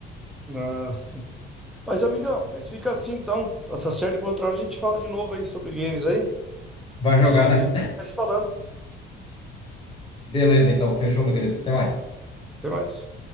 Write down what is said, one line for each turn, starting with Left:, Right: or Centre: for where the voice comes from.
Centre: Nossa. Mas, amigão, mas fica assim então. Tá tá certo, depois outra hora a gente fala de novo aí sobre games aí.
Left: Vai jogar,
Centre: E
Left: né?
Centre: vai se falando.
Left: <laughs> Beleza, então, fechou, meu querido. Até mais.
Centre: Até mais.